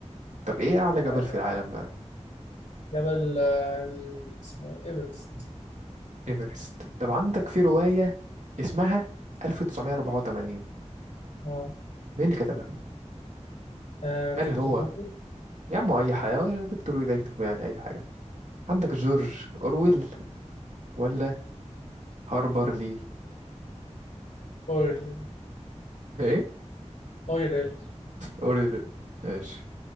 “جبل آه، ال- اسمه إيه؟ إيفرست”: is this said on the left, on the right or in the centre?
Left